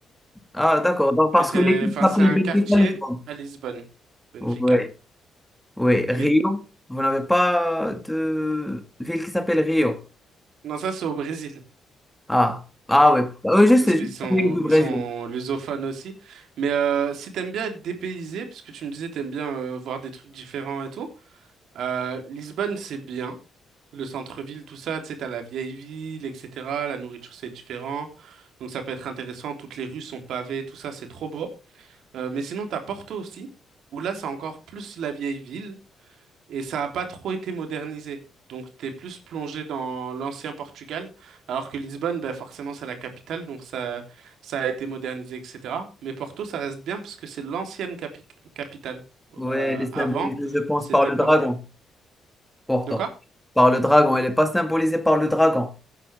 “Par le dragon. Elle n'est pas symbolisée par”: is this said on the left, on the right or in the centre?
Centre